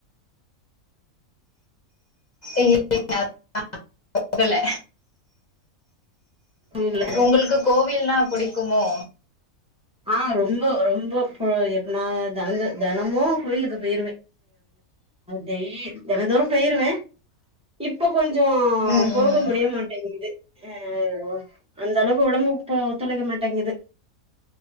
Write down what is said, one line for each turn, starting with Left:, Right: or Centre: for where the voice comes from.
Left: இ <inaudible> போகல
Centre: போகல
Left: உங்ளுக்கு கோவில்னா புடிக்குமோ
Centre: ஆஹ் ரொம்பொ ரொம்பொ எப்பனா தங் தெனமு கொயிலுக்கு பெய்யிருவே டெய் தினதோறு பெய்யிருவே இப்ப கொஞ்சோ
Left: ம்
Centre: போக
Left: ம்
Centre: முடிய மாட்டேங்குது அஹ் அந்த அளவுக்கு உடம்பு இப்ப ஒத்துழைக்க மாட்டேங்குது